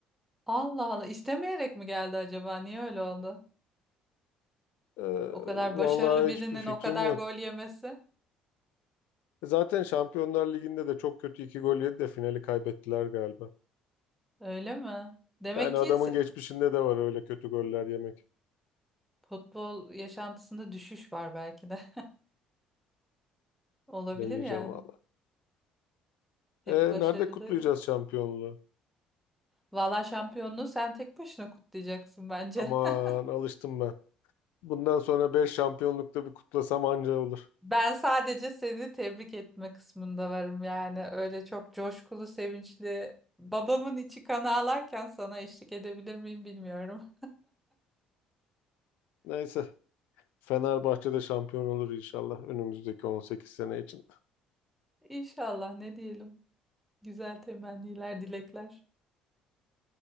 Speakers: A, in the centre; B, on the left.
A: Allah Allah istemeyerek mi geldi acaba? Niye öyle oldu?
B: Eee
A: O kadar
B: vallahi
A: başarılı birinin
B: hiçbir fikrim
A: o kadar
B: yok.
A: gol yemesi.
B: E, Zaten Şampiyonlar Ligi'nde de çok kötü iki gol yedi de finali kaybettiler galiba.
A: Öyle mi? Demek
B: Yani
A: ki
B: adamın
A: s-
B: geçmişinde de var öyle kötü goller yemek.
A: futbol yaşantısında düşüş var belki de. <laughs> Olabilir
B: Bilemeyeceğim
A: yani.
B: vallahi.
A: Hep
B: E,
A: başarılı.
B: nerede kutlayacağız şampiyonluğu?
A: Valla şampiyonluğu sen tek başına kutlayacaksın bence.
B: Aman
A: <laughs>
B: alıştım ben. Bundan sonra 5 şampiyonlukta bir kutlasam anca olur.
A: Ben sadece seni tebrik etme kısmında varım yani. Öyle çok coşkulu, sevinçli. Babamın içi kan ağlarken sana eşlik edebilir miyim bilmiyorum.
B: Neyse. Fenerbahçe'de şampiyon olur inşallah önümüzdeki 18 sene için.
A: <laughs> İnşallah ne diyelim. Güzel temenniler, dilekler.